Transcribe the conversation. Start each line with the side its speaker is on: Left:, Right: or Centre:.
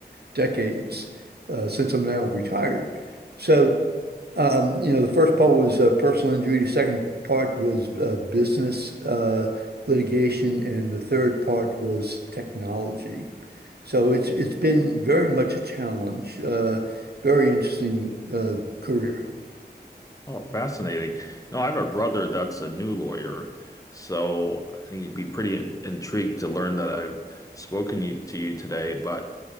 Right: decades uh, since I'm now retired. So um, you know, the first part was uh, personal injury. The second part was uh, business uh, litigation, and the third part was technology. So it's it's been very much a challenge. Uh, very interesting uh, career.
Left: Oh, fascinating. No, I have a brother that's a new lawyer, so I think he'd be pretty in intrigued to learn that I've spoken you, to you today. But